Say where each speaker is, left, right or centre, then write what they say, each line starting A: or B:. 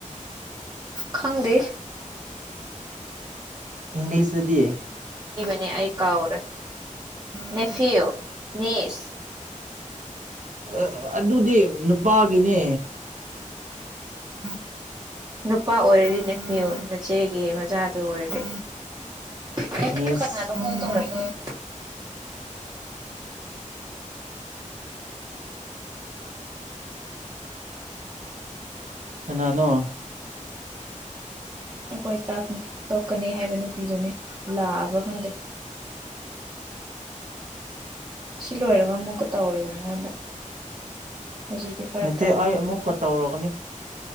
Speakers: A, on the right; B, on the right.
A: ꯈꯪꯗꯦ
B: ꯏꯪꯂꯤꯁꯇꯗꯤ
A: ꯅꯦ ꯑꯩ ꯀꯥꯎꯔꯦ ꯅꯦꯐꯤꯌꯨ ꯅꯤꯁ
B: ꯑꯦ ꯑꯗꯨꯗꯤ ꯅꯨꯄꯥꯒꯤꯅꯦ
A: <inaudible> ꯅꯨꯄ ꯑꯣꯢꯔꯗꯤ ꯅꯦꯐꯤꯌꯨ ꯅꯆꯦꯒꯤ ꯃꯆꯥꯗꯨ ꯑꯣꯢꯔꯗꯤ ꯅꯉꯣꯟꯗ
B: ꯅꯦꯁ
A: ꯀꯅꯥꯅꯣ ꯀꯣꯜ ꯇꯧꯔꯛꯏ <inaudible>
B: ꯀꯅꯥꯅꯣ
A: ꯑꯩꯈꯣꯏ ꯏꯁꯇꯥꯞꯅꯤ ꯇꯣꯛꯀꯅꯤ ꯍꯥꯏꯕ ꯅꯨꯄꯤꯗꯨꯅꯤ ꯂꯥꯛꯑꯕ꯭ꯔꯥ ꯈꯪꯗꯦ <inaudible> ꯁꯤ ꯂꯣꯏꯔꯒ ꯑꯃꯨꯛꯀ ꯇꯧꯔꯒꯦ ꯃꯉꯣꯟꯗ ꯍꯧꯖꯤꯛꯇꯤ ꯐꯔꯛ
B: ꯅꯠꯇꯦ
A: ꯇꯥꯔꯦ
B: ꯑꯩ
A: ꯄꯥꯏꯈꯠꯄ
B: ꯑꯃꯨꯛꯀ ꯇꯧꯔꯛꯒꯅꯤ